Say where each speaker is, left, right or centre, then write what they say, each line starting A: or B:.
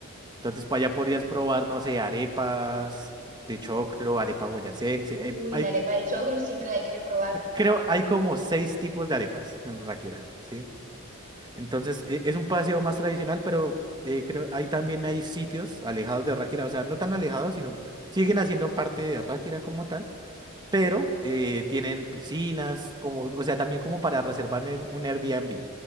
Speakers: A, on the right; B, on the right.
A: Entonces, para allá podrías probar, no sé, arepas de choclo, arepa boyacense.
B: Uy,
A: Hay, hay-
B: la arepa de choclo siempre la quiero probar.
A: creo, hay como seis tipos de arepas en Ráquira, ¿sí? Entonces, e- es un paseo más tradicional, pero eh, creo, ahí también hay sitios alejados de Ráquira, o sea, no tan alejados, sino siguen haciendo parte de Ráquira como tal pero eh, tienen piscinas, como, o sea, también como para reservar en un Airbnb,